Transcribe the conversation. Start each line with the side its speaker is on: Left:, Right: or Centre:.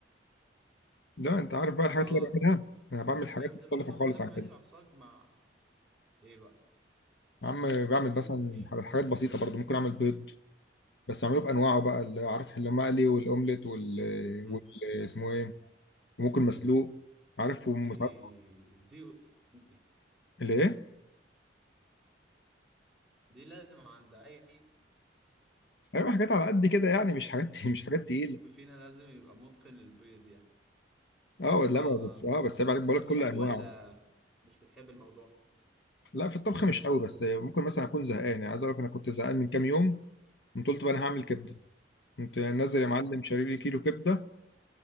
Left: لا انت عارف بقى الحاجات
Centre: اه
Left: اللي أنا
Centre: طعم
Left: بعملها انا بعمل حاجات
Centre: الجامد
Left: مختلفه
Centre: اللي هو طعم
Left: خالص
Centre: اللحمة
Left: عن كده
Centre: عادي العصاج مع ايه بقى
Left: يا عم بعمل
Centre: ايه
Left: مثلا
Centre: يا باشا
Left: حاجات بسيطه برضو ممكن اعمل بيض بس عملوه بانواعه بقى اللي عارف اللي مقلي والاومليت وال
Centre: مم.
Left: وال اسمه ايه وممكن مسلوق عارف ومساعد
Centre: دي دي دي,
Left: اللي ايه
Centre: دي لازم عند أي
Left: ايوه حاجات على قد كده يعني مش حاجات <laughs> مش حاجات تقيله
Centre: حد فينا لازم يبقى متقن البيض يعني
Left: اه لا
Centre: اه
Left: ما
Centre: اه
Left: بس اه
Centre: اه
Left: بس عيب عليك بقول
Centre: بتحب
Left: لك كل انواعه
Centre: ولا مش بتحب الموضوع
Left: لا في الطبخ مش قوي بس ممكن مثلا اكون زهقان يعني عايز اقول لك انا كنت زهقان من كام يوم قمت قلت بقى انا هعمل كبده كنت نازل يا
Centre: مم.
Left: معلم شاري لي كيلو كبده